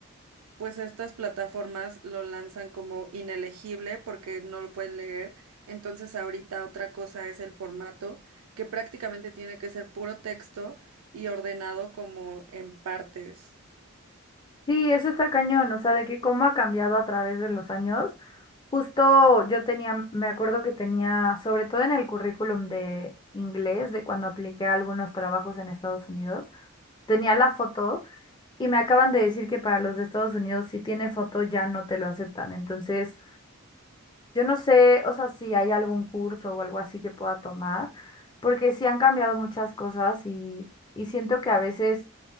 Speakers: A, on the right; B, on the left.
A: pues estas plataformas lo lanzan como inelegible porque no lo pueden leer. Entonces ahorita otra cosa es el formato, que prácticamente tiene que ser puro texto y ordenado como en partes.
B: Sí, eso está cañón, o sea, de que cómo ha cambiado a través de los años. Justo yo tenía, me acuerdo que tenía, sobre todo en el currículum de inglés, de cuando apliqué a algunos trabajos en Estados Unidos, tenía la foto. Y me acaban de decir que para los de Estados Unidos, si tiene foto, ya no te lo aceptan. Entonces, yo no sé, o sea, si hay algún curso o algo así que pueda tomar, porque sí han cambiado muchas cosas y, y siento que a veces